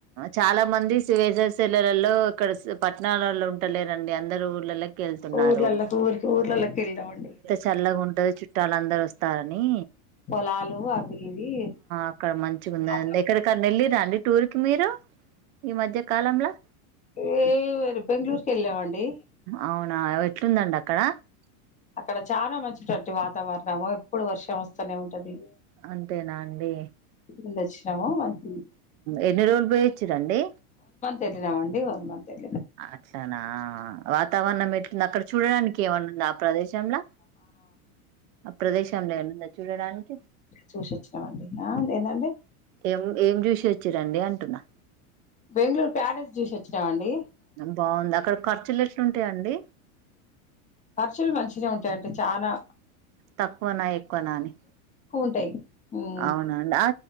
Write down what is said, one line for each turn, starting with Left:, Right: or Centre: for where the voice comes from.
Right: చాలా మంది వేసవి సేల్లలో ఇక్కడ పట్టణాలలో ఉంటలే అందరు ఊళ్ళలోకి వెళ్తున్నారు
Left: ఊర్లలోకి ఊరికి ఊర్లలోకి వెళ్ళామండి
Right: చల్లగా ఉంటది చుట్టాల అందరు వస్తారని
Left: పొలాలు అవి ఇవి
Right: అక్కడ మంచి
Left: ఆ
Right: ఎక్కడిక వెళ్ళిరా అండి టూర్ కి మీరు ఈ మధ్య కాలంలా
Left: తర్వాత బెంగళూరుకి వెళ్ళామండి
Right: అవునా ఎట్లుందండి అక్కడ
Left: అక్కడ చాలా మంచివంటి వాతావరణము ఎప్పుడు వర్షం వస్తూనే ఉంటది
Right: అంతేనా అండి
Left: ముందు వచ్చినాము మంచి
Right: ఎన్ని రోజులు పోయి ఒచ్చిర్రండి
Left: తెలినామండి వన్ మంత్ వెళ్లి
Right: అట్లనా వా వాతావరణం ఎట్ంది అక్కడ చూడడానికి ఏమన్నా ఉందా ఆ ప్రదేశంంలో ఆ ప్రదేశంలో ఏంద చూడడానికి
Left: చూసి వచ్చినామండి ఏంటంటే
Right: ఏం ఏం చూసిచ్చు చ్చిరండి అంటున్నా
Left: బెంగళూరు ప్యాలెస్ జ్యూస్ వచ్చినావండి
Right: బాగుంది అక్కడ ఖర్చులు ఎట్లుంటాయిండి
Left: ఖర్చులు మంచిన ఉంటాయింటే చాలనాా
Right: తక్కువ నా ఎక్కువనాని
Left: ఉంటాయి హ్మ్
Right: అవునం